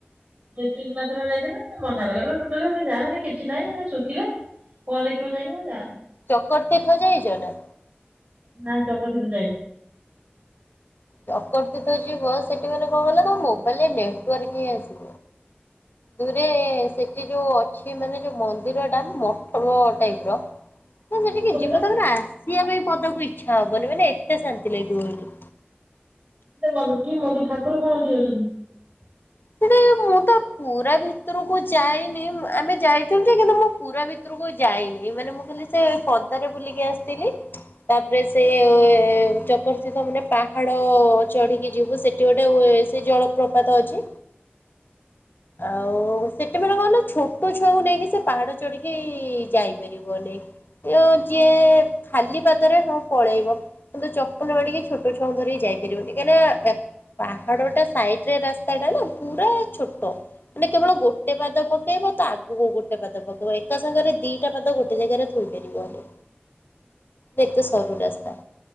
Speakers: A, on the right; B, on the left.
A: ଏପ୍ରିଲ୍ ମାସରେ ଆମେ ଯାଇଚେ ନା ସେ ମନା କଲା କହିଲା ତୁ ଟୋଟାଲି ହେରା ଯାନି କିଛି ନାହିଁ ଏନା ଶୁଖିଲା କଣ ଦେଖିବ ଯାଇକିନା ଯାଆନି
B: ଚକର୍ ତୀର୍ଥ ଯାଇଚ ନା?
A: ନାଁ ଚକର୍ ତୀର୍ଥ ଯାଇନୁ।
B: ଚକର୍ ତୀର୍ଥ ଯିବ ସେଠି ମାନେ କଣ କହିଲ କଣ ମୋବାଇଲ୍ ରେ ନେଟୱର୍କ ହିଁ ଆସି ଦୁଇରେ ସେଠି ଯୋଉ ଅଛି ମାନେ ଯୋଉ ମନ୍ଦିର ଟା ମଠ ଟାଇପ ର। ତମେ ସେଠିକି
A: ମନ୍ଦିର
B: ଯିବ ତ ମାନେ ଆସିବା ପାଇଁ ପଦାକୁ ଇଚ୍ଛା ହବନି ମାନେ ଏତେ ଶାନ୍ତିଲାଗିବ ହେଟି।
A: ଦ ମଙ୍କି ମଗ ଠାକୁର କଣ ହେଠି ଅଛନ୍ତି? <inaudible>
B: ସେଠି ମୁଁ ତ ପୁରା ଭିତରକୁ ଯାଇନି ଆମେ ଯାଇଥିଲୁ ଯେ କିନ୍ତୁ ମୁଁ ପୁରା ଭିତର ତରୁକୁ ଯାଇନି ଏଇ ମାନେ ମୁଁ ଖାଲି ସେ ପଦାରେ ବୁଲିକି ଆସିଥିଲି। ତାପରେ ସେ ଚକର ତୀର୍ଥ ମ ରେ ପାହାଡ଼ ଚଢ଼ିକି ଯିବୁ ସେଟି ଗୋଟେ ୱେ ସେ ଜଳପ୍ରପାତ ଅଛି। ଆଉ ସେଟି ମାନେ କଣ କହିଲ ଛୋଟ ଛୁଆଙ୍କୁ ନେଇକି ସେ ପାହାଡ଼ ଚଢ଼ିକି ଯାଇପାରିବନି। ଉ ଯିଏ ଖାଲି ପାଦରେ ହଁ ପଳେଇବ କିନ୍ତୁ ଚପଲ ମାଡିକି ଛୋଟ ଛୁଆ କଣ କରିକି ଯାଇପାରିବନି କାହିଁକି ନା ପାହାଡ଼ ଟା ସାଇଟ୍ ରେ ରାସ୍ତା ଟା ନା? ପୁରା ଛୋଟ ମାନେ କେବଳ ଗୋଟେ ପାଦ ପକେଇବ ତା ଆଗୁକୁ ଗୋଟେ ପାଦ ପକେଇବ ଏକା ସାଙ୍ଗରେ ଦିଟା ପାଦ ଗୋଟେ ଜାଗାରେ ଥୋଇ ପାରିବନି।
A: <inaudible>
B: ଯେହେତୁ ସରୁ ରାସ୍ତା।